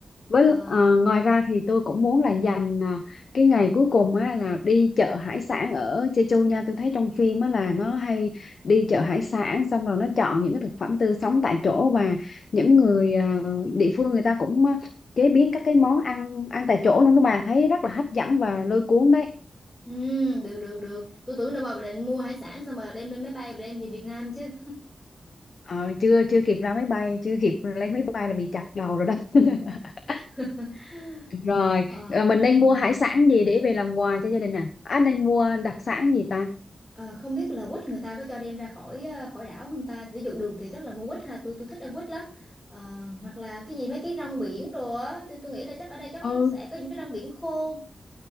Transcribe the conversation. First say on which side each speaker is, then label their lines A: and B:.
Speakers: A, on the left (about 55°); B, on the left (about 20°).
A: với
B: Ờ,
A: ờ, ngoài ra thì tôi cũng muốn là dành à, cái ngày cuối cùng á là đi chợ hải sản ở Jeju nha tôi thấy trong phim á là nó hay đi chợ hải sản xong rồi nó chọn những cái thực phẩm tươi sống tại chỗ và những người à, địa phương người ta cũng à, chế biến các cái món ăn ăn tại chỗ luôn đó bà thấy rất là hấp dẫn và lôi cuốn đấy
B: ừ, được được được. Tôi tưởng đâu mà định mua hải sản xong mà đem lên máy bay đem về Việt Nam chứ.
A: Ờ, chưa chưa kịp ra máy bay chưa kịp lên máy bay là bị chặt đầu rồi đó <laughs>
B: <laughs>
A: rồi
B: Ờ
A: ờ, mình nên mua hải sản gì để về làm quà cho gia đình à anh nên mua đặc sản gì ta
B: Ờ, không biết là quýt người ta có cho đem ra khỏi ờ, khỏi đảo không ta ví dụ được thì chắc là mua quýt ha tôi tôi thích ăn quýt lắm Ờ, hoặc là cái gì mấy cái rong biển đồ á tôi tôi nghĩ là chắc ở đây chắc
A: Ừ,
B: sẽ có những cái rong biển khô